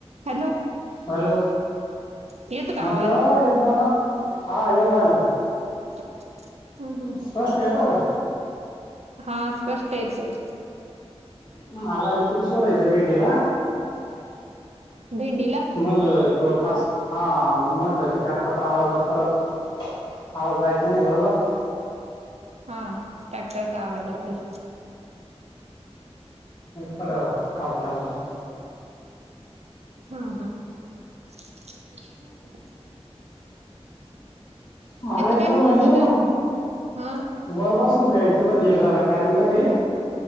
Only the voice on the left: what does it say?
hello
म्हटलं
एकदाण हा येव राहिला ना
स्पष्ट येतो का
ह मला अली कुड सोडायचं भेंडीला
मल त पाच हा मग म्हटलं क ट्रॅक्टरचा आवाज परत आवाज जायचा नाही बरोबर
सड्या फल ल ना
मला एक जण
म्हणे
वर बसून जा्यायच त म्हणे एक झाला ठरली म